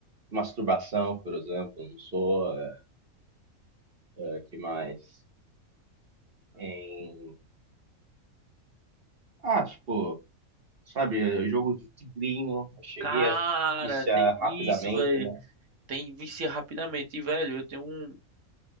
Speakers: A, on the right; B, on the right.
A: em Masturbação, por exemplo, eu não sou. É, é, que mais? Em... Ah, tipo, sabe, é, jogo de tigrinho, eu cheguei
B: Cara,
A: a viciar
B: tem isso,
A: rapidamente,
B: velho.
A: né?
B: Tem vicia rapidamente. E, velho, eu tenho um,